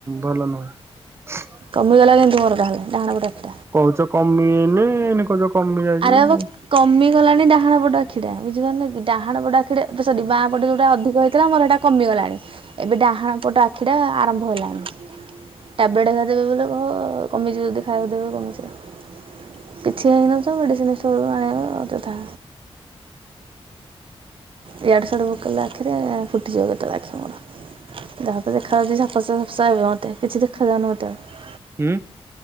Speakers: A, on the right; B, on the right.
A: ଭଲ ନୁହେଁ।
B: କମିଗଲା କିନ୍ତୁ ମୋର ଡାହାଣ ପଟ ଆଖି
A: କହୁଛ କମିନି କହୁଛ କମି ଯାଇଛି
B: ଆରେ ବାଵା
A: ହୁଁ।
B: କମିଗଲାଣି ଡାହାଣ ପଟ ଆଖିଟା ବୁଝିପାରୁନ କି ଡାହାଣ ପଟ ଆଖିଟା ଏ ସରି ଵା ପଟେ ଯୋଉଟା ଅଧିକ ଥିଲା ମୋର ସେଇଟା କମିଗଲାଣି ଏବେ ଡାହାଣ ପଟ ଆଖିଟା ଆରମ୍ଭ ହେଲାଣି। ଟାବଲେଟ <unintelligible> ଦେବେ ବୋଲି କହ କମିଯିବ ଯଦି ଖାଇବାକୁ ଦେବେ <unintelligible> କଣକିଛି ଛି ହେଇନଥିବ ମେଡିସିନ ଷ୍ଟୋର ରୁ ଆଣିବା ଅଯଥା ଇଆଡୁ ସିଆଡୁ ପକେଇଲେ ଆଖିରେ ଫୁଟିଯିବ କେତେବେଳେ ଆଖି ମୋର ଯାହା ତ ଦେଖାଯାଉଛି ଝାପସା ଝାପସା ଏବେ ମୋତେ କିଛି ଦେଖାଯାଉନି ମୋତେ ଆଉ।
A: ହୁ।